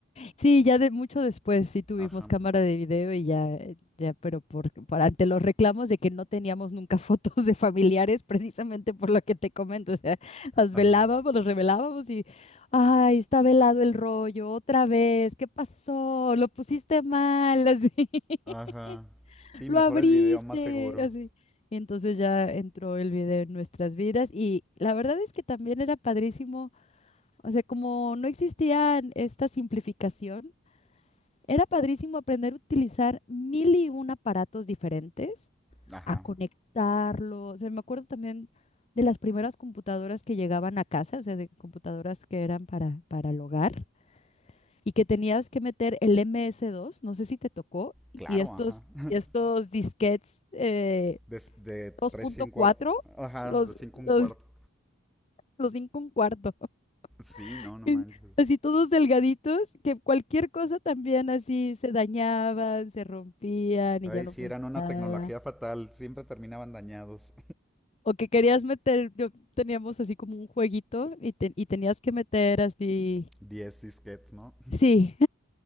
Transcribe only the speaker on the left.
Sí, ya de mucho después sí tuvimos
cámara de video y ya, eh, ya, pero por, por ante los reclamos de que no teníamos nunca <laughs> fotos de familiares, precisamente por lo que te comento, o sea, las
velábamos, las revelábamos y, ay, está velado el rollo, otra vez, ¿qué pasó? Lo pusiste mal, así, <laughs>
lo
abriste,
así. Y entonces ya entró el video en nuestras vidas y la verdad es que también era padrísimo, o sea, como no existía esta simplificación. Era padrísimo aprender a utilizar mil y un aparatos diferentes,
a conectarlos. O sea, me acuerdo también de las primeras computadoras que llegaban a casa, o sea, de computadoras que eran para, para el hogar y que tenías que meter el MS2, no sé si te tocó,
y estos,
y estos disquetes eh,
2.4,
los,
los,
los 5 un cuarto.
<laughs>
que-
Así todos delgaditos, que cualquier cosa también así se dañaban, se rompían
y ya no
funcionaba.
O que querías meter, yo teníamos así como un jueguito y, te- y tenías que meter así,
sí,